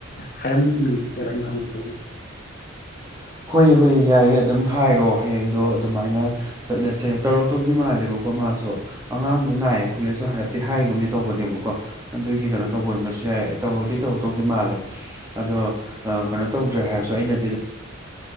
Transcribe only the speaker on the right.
<inaudible> ꯍꯣꯏ ꯍꯣꯏ ꯌꯥꯏꯌꯦ ꯑꯗꯨꯝ ꯍꯥꯏꯔꯣ ꯍꯌꯦꯡꯗꯣ ꯑꯗꯨꯃꯥꯏꯅ ꯆꯠꯂꯁꯦ ꯇꯧꯔꯛꯇꯧꯗꯤ ꯃꯥꯜꯂꯦꯕꯀꯣ ꯃꯥꯁꯨ ꯑꯉꯥꯡꯗꯣ ꯅꯥꯏꯌꯦ ꯈꯨꯠꯂꯦꯁꯨ ꯍꯥꯏꯔꯞꯗꯤ ꯍꯥꯏꯒꯨꯝꯗꯤ ꯇꯧꯕꯅꯦꯕꯀꯣ ꯑꯗꯨꯒꯤ ꯀꯩꯅꯣ ꯇꯧꯕ ꯑꫭꯏꯔꯝꯕꯁꯨ ꯌꯥꯏ ꯇꯧꯔꯛꯇꯦ ꯇꯧ ꯇꯧ ꯇꯧꯗꯤ ꯃꯥꯜꯂꯦ ꯑꯗꯣ ꯀꯩꯅꯣ ꯇꯧꯗ꯭ꯔꯦ ꯍꯥꯏꯔꯁꯨ ꯑꯩꯅ